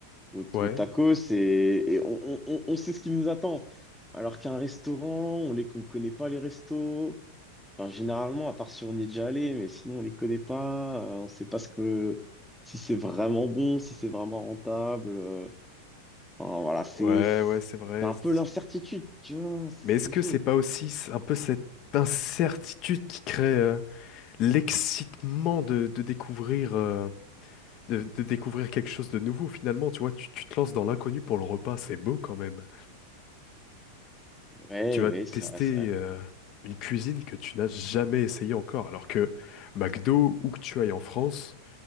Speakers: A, in the centre; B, on the left (about 40°).
A: au,
B: Ouais,
A: au tacos et, et on, on, on on sait ce qui nous attend. Alors qu'un restaurant, on les, on connaît pas les restos. Enfin, généralement, à part si on y est déjà allé, mais sinon, on les connaît pas. euh, on sait pas ce que, si c'est vraiment bon, si c'est vraiment rentable. euh. Enfin, voilà, c'est,
B: ouais,
A: c'est
B: ouais, c'est vrai.
A: un
B: C'est-
A: peu l'incertitude, tu vois, c'est
B: Mais est-ce que
A: c'est chaud.
B: c'est pas aussi c- un peu cette incertitude qui crée euh, l'excitement de, de découvrir euh, de, de découvrir quelque chose de nouveau finalement. Tu vois, tu, tu te lances dans l'inconnu pour le repas, c'est beau quand même.
A: Ouais,
B: Tu vas
A: ouais, c'est
B: tester
A: vrai, c'est vrai.
B: euh, une cuisine que tu n'as jamais essayée encore, alors que McDo, où que tu ailles en France,